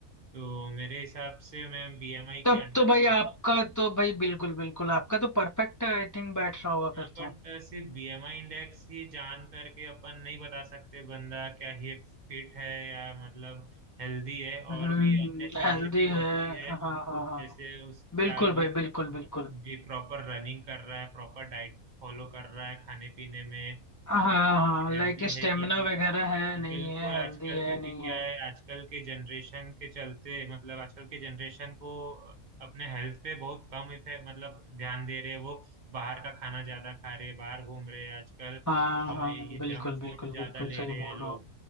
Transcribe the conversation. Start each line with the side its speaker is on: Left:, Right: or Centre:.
Right: तो मेरे हिसाब से मैं बीएमआई
Left: तब
Right: के अंडर
Left: तो भाई आपका तो भाई बिल्कुल बिल्कुल आपका तो परफेक्ट आई थिंक बैठ रहा होगा
Right: हाँ
Left: फिर
Right: बट
Left: तो
Right: सिर्फ बीएमआई इंडेक्स ही जान करके अपन नहीं बता सकते बंदा क्या ही फिट है या मतलब हेल्दी है
Left: हम्म
Right: और भी अन्य चीजें
Left: हेल्दी
Right: भी
Left: है
Right: होती है
Left: हाँ हाँ हाँ
Right: जैसे उस
Left: बिल्कुल
Right: क्या वो
Left: भाई बिल्कुल
Right: जी
Left: बिल्कुल
Right: प्रॉपर रनिंग कर रहा है प्रॉपर डाइट फॉलो कर रहा है खाने पीने में
Left: हाँ हाँ
Right: हेल्दी
Left: लाइक स्टेमिना
Right: है कि नहीं
Left: वगैरह है नहीं
Right: बिल्कुल
Left: है हेल्दी
Right: आजकल
Left: है
Right: क्योंकि
Left: नहीं
Right: क्या
Left: है
Right: है आजकल के जनरेशन के चलते मतलब आजकल के जनरेशन को अपने हेल्थ पे बहुत कम इफे मतलब ध्यान दे रहे हैं वो बाहर का खाना ज्यादा खा रहे हैं बाहर घूम रहे हैं आजकल और
Left: हाँ हाँ
Right: ये
Left: बिल्कुल
Right: जंक
Left: बिल्कुल
Right: फूड ज्यादा
Left: बिल्कुल
Right: ले
Left: सही
Right: रहे
Left: बोल
Right: हैं
Left: रहे
Right: लोग
Left: हो आप।